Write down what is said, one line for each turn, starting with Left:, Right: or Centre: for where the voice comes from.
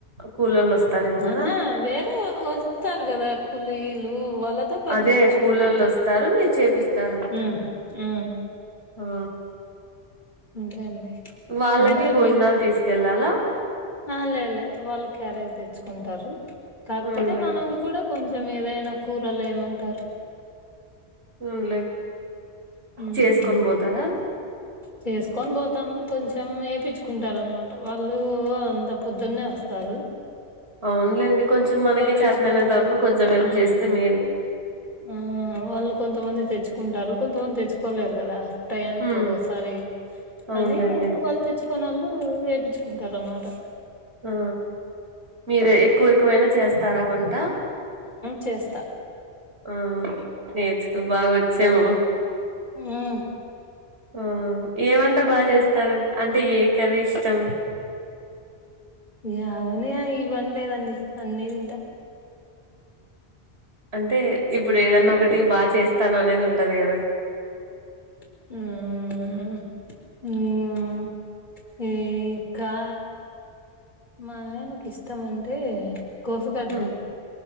Right: కూలోళ్ళు వస్తారేమో కదా
Left: ఆహా వేరే వస్తారు కదా కూలీలు వాళ్ల ఉకే పని
Right: అదే
Left: తప్పించుకుంటుంట
Right: కూలోళ్ళు వస్తారు మీరు చేపిస్తారు ఓకే
Left: ఉ ఉ ఉ
Right: ఆ
Left: అంతేండి
Right: వాళ్ళకి
Left: ఏమంటే
Right: భోజనాలు తీసుకెళ్ళాలా
Left: అ లేలేలే వాళ్ళు క్యారేజ్ తెచ్చుకుంటారు కాకపోతే
Right: అవునులే
Left: మనం కూడా కొంచెం ఏదైనా కూరలువేమంటారు
Right: ఉన్లే
Left: హ్మ్
Right: చేసుకొని పోతారా
Left: చేసుకొని పోతాం కొంచెం వేపచ్చుకుంటారు అనమాట వాళ్ళు అంత పొద్దున్నే వస్ తరు
Right: అవునులేండి కొంచెం మనకి
Left: తెచ్చుకుంటారు
Right: చేత ఐనంత వరకు కొంచెం హెల్ప్
Left: హ్మ్
Right: చేస్తే మేల్
Left: ఆ వాళ్ళు కొంతమంది తెచ్చుకుంటారు కొంతమంది తెచ్చుకోలేరు కాదా టయానికో
Right: ఉమ్
Left: కోసం సరీ
Right: అవునులేండి
Left: అని వాళ్ళు తెచ్చికుని వాళ్ళు వేయిించుకుంటారు అనమాట
Right: ఆ మీరే ఎక్కువ ఎక్కువైనా చేస్తారావంట
Left: చేస్తా
Right: ఆ నేర్చుకు బాగా వచ్చేమో
Left: ఉమ్
Right: ఆ ఏమంట బాగా చేస్తారు అంటే ఏ కర్రీ ఇష్టం
Left: యావని ఇవని లేదండి అన్నీ తింటా
Right: అంటే ఇప్పుడు ఏదన్నా ఒకటి బాగా చేస్తాను అనేది ఉంటది కదా
Left: ఉ ఉ ఉ ఇంకా మా ఆయనకిస్తం అంటే కోసుగడ్డ
Right: ఉమ్